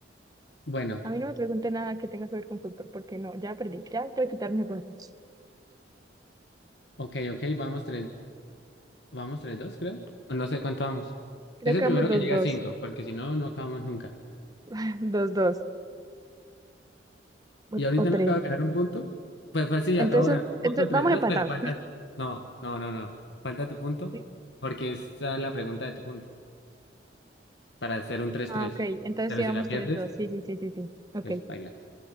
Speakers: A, on the left; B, on the right.
A: Bueno,
B: A mí no me pregunte nada que tenga que ver con fútbol, porque no, ya perdí, ya puede quitarme puntos.
A: ok, ok, vamos tres, vamos tres, dos, creo. O no sé cuánto vamos.
B: Creo
A: Es el
B: que
A: primero
B: vamos dos
A: que llega
B: dos,
A: a cinco, porque si no, no acabamos nunca.
B: <laughs> dos dos o,
A: Y ahorita
B: o 3.
A: no acabo de ganar un punto. Pues fácil sí,
B: Entonces,
A: acabo de ganar un
B: entonces,
A: punto tres
B: vamos
A: dos
B: empatados.
A: pero falta.
B: <laughs>
A: No, no, no, no. Falta tu punto,
B: Sí.
A: porque esa es la pregunta de tu punto, para hacer un tres
B: Ah,
A: tres
B: ok, entonces
A: Pero
B: sí
A: si
B: vamos
A: la pierdes,
B: 3-2, sí, sí, sí, sí, sí. Ok,
A: pues baila.